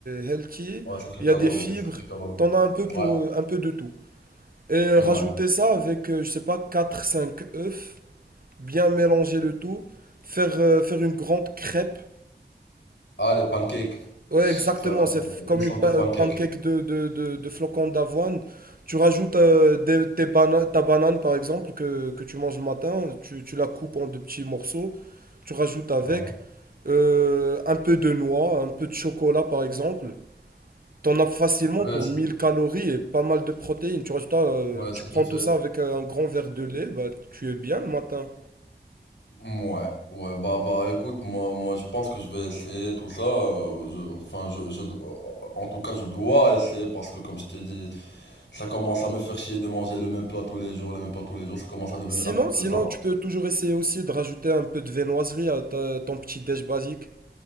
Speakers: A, on the right; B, on the left.
A: healthy,
B: Ouais, c'est très
A: il
B: calorique,
A: y a des fibres,
B: c'est très calorique.
A: t'en as un peu pour
B: Ouais,
A: euh, un peu de tout. Et euh,
B: ouais.
A: rajouter ça avec, euh, je sais pas, quatre cinq œufs, bien mélanger le tout, faire, euh, faire une grande crêpe
B: Ah, les pancakes.
A: Ouais, exactement.
B: Faire
A: C'est
B: euh,
A: f- comme
B: une sorte
A: une pa-
B: de pancake.
A: un pancake de, de, de, de flocons d'avoine. Tu rajoutes euh, des- tes bana- ta banane, par exemple, que, que tu manges le matin. Tu, tu la coupes en de petits morceaux. Tu rajoutes avec
B: Ouais.
A: euh, un peu de noix, un peu de chocolat, par exemple. T'en as facilement
B: Ouais,
A: pour
B: c'est-
A: 1000 calories et pas mal de protéines. Tu rajoutes, euh,
B: ouais, c'était
A: tu prends
B: fait.
A: tout ça avec euh, un grand verre de lait, bah, tu es bien le matin.
B: Ouais, ouais, bah, bah, écoute, moi, moi, je pense que je vais essayer tout ça. euh, je- enfin, je, je, euh, en tout cas, je dois essayer parce que, comme je t'ai dit, ça commence à me faire chier de manger le même plat tous les jours, le même plat tous les jours. Ça commence à devenir
A: Sinon,
B: un peu pesant.
A: sinon, tu peux toujours essayer aussi de rajouter un peu de viennoiserie à ta- ton petit déj basique.